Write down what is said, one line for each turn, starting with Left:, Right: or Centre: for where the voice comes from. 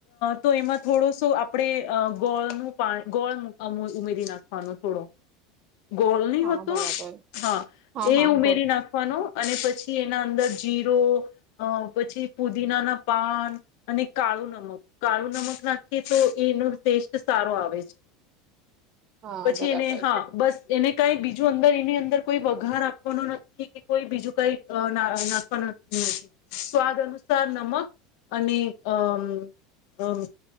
Left: તો એમાં થોડોસો આપણે ગોળનું પા ગોળ ઉમેરી નાખવાનો થોડો. ગોલ ન
Right: હા
Left: હો તો
Right: બરાબર
Left: હા
Right: હા
Left: એ
Right: હા
Left: ઉમેરી
Right: ગોળ
Left: નાખવાનો. અને પછી એના અંદર જીરો, પછી પુદીનાના પાન અને કાળુ નમક કાળુ નમક નાખીએ તો એનો ટેસ્ટ સારો આવે છે.
Right: હા
Left: પછી
Right: બરાબર
Left: એને હા બસ એને કઈ બી બીજ અંદર એની અંદર કોઈ વઘાર નાખવાનો નથી કે કોઈ બીજું કઈ નાખવાનું નથી. સ્વાદ અનુસાર નમક અને અ મ